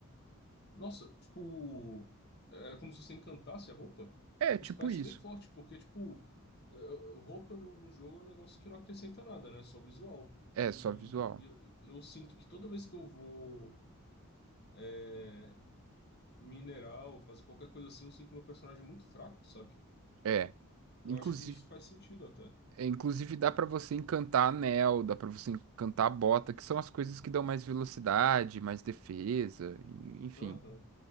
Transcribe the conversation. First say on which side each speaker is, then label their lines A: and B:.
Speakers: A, on the left; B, on the right.
A: Nossa, tipo, é como se você encantasse a roupa.
B: É
A: Isso
B: tipo
A: parece
B: isso.
A: bem forte, porque, tipo, é, é, roupa no, no jogo é um negócio que não acrescenta nada, né? É Só visual.
B: É
A: E
B: só visual.
A: eu, eu sinto que toda vez que eu vou é, minerar ou fazer qualquer coisa assim, eu sinto meu personagem muito fraco, sabe?
B: É,
A: Eu
B: inclusive.
A: acho que isso faz sentido até.
B: É, inclusive dá para você encantar anel, dá para você encantar bota, que são as coisas que dão mais velocidade, mais defesa, e- enfim,
A: Aham,